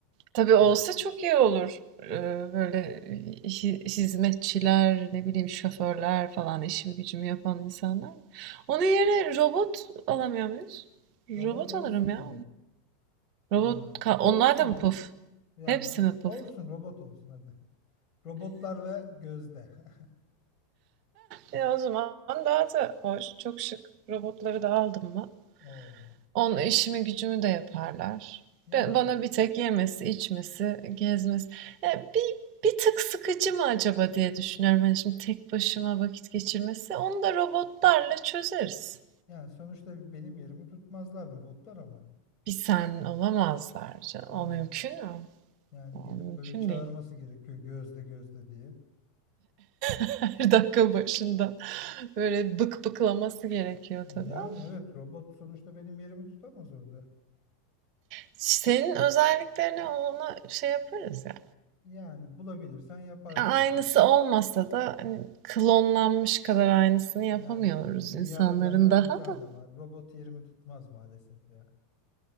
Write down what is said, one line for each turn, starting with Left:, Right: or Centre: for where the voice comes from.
Right: Tabii olsa
Left: hı.
Right: çok iyi olur. Eee, Böyle hi- hizmetçiler, ne bileyim şoförler falan işimi gücümü yapan insanlar. Onun yerine robot alamıyor muyuz? Robot
Left: robot olsun
Right: alırım ya.
Left: mu?
Right: Robot,
Left: Ee,
Right: ka-
Left: olsun.
Right: onlar da mı puf?
Left: Yani
Right: Hepsi
Left: ro-
Right: mi puf?
Left: olsun robot olsun hadi. Robotlar ve gözde. <laughs>
Right: E, o zaman daha da hoş, çok şık. Robotları da aldım mı?
Left: Oo.
Right: Onun işimi gücümü de yaparlar.
Left: Yani
Right: Ben, bana bir tek yemesi, içmesi, gezmesi. Ya bir, bir tık sıkıcı mı acaba diye düşünüyorum. Hani şimdi tek başıma vakit geçirmesi. Onu da robotlarla çözeriz.
Left: Yani sonuçta benim yerimi tutmazlar robotlar ama.
Right: Bir sen olamazlar canım.
Left: Yani
Right: O mümkün mü?
Left: yani
Right: O
Left: gelip
Right: mümkün
Left: böyle çağırması
Right: değil.
Left: gerekiyor gözde gözde diye.
Right: <laughs> Her dakika başında böyle bık bıklaması gerekiyor
Left: Yani
Right: tabii ama
Left: evet robot sonuçta benim yerimi tutamaz orada.
Right: senin özelliklerine ona şey yaparız ya.
Left: Yani bulabilirsen yaparsın.
Right: Aynısı
Left: <laughs>
Right: olmasa da hani klonlanmış kadar aynısını yapamıyoruz
Left: Yani dünyada
Right: insanların
Left: benden
Right: daha
Left: bir tane
Right: da.
Left: var. Robot yerimi tutmaz maalesef ya.